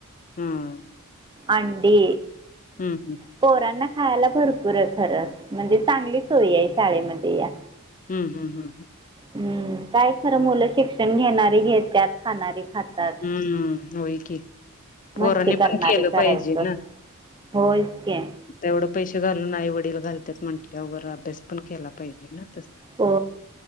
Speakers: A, on the left; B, on the right.
A: हम्म
B: अंडी
A: हम्म हम्म
B: पोरांना खायला भरपूर आहे खरं म्हणजे चांगली सोय आहे शाळेमध्ये या
A: हम्म हम्म हम्म हम्म
B: हम्म काय खरं मुलं शिक्षण घेणारी हे त्यात खाणारी हातात
A: हम्म होय की पोरांनी
B: मस्ती करणारे
A: पण केलं
B: करायचं
A: पाहिजे ना
B: होयच की
A: तेवढं पैसे घालून आई वडील घालतात म्हंटले वगैरे अभ्यास पण केला पाहिजे ना तस
B: हो